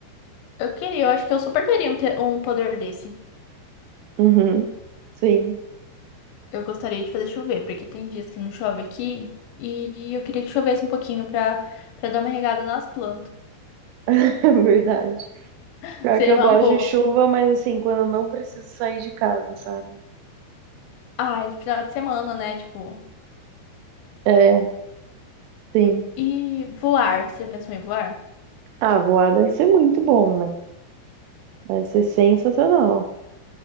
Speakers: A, on the left (about 80°); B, on the right (about 80°).
A: Eu queria, eu acho que eu super teria um, te- um poder desse.
B: Uhum. Sim,
A: Eu gostaria de fazer chover, porque tem dias que não chove aqui. E eu queria que chovesse um pouquinho pra, pra dar uma regada nas plantas.
B: <laughs> é verdade.
A: <laughs>
B: Pior
A: Seria
B: que eu
A: uma
B: gosto
A: boa.
B: de chuva, mas assim, quando eu não preciso sair de casa, sabe?
A: ah final de semana, né? Tipo.
B: É, sim.
A: E voar, você já pensou em voar?
B: Ah, voar deve ser muito bom, né? Deve ser sensacional.